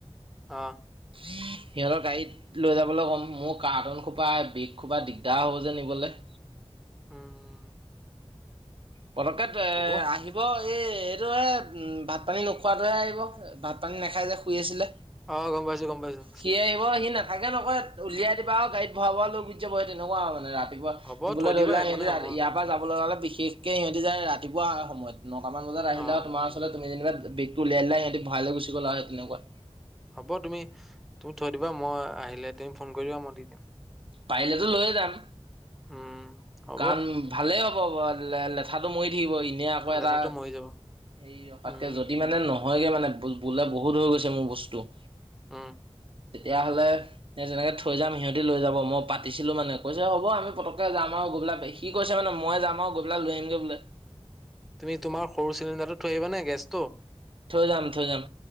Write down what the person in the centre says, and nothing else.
অ',
<inaudible> উম,
হ'ব
অ', গম পাইছো গম পাইছো
হ'ব
থৈ
দিবা
একো
নাই
মই
অ',
হ'ব তুমি-তুমি থৈ দিবা মই আহিলে তুমি ফোন কৰিবা মই দি দিম।
উম, হ'ব
লেঠাটো মৰি যাব
উম,
উম,
তুমি তোমাৰ সৰু চিলিণ্ডাৰটো থৈ আহিবা নে গেছটো?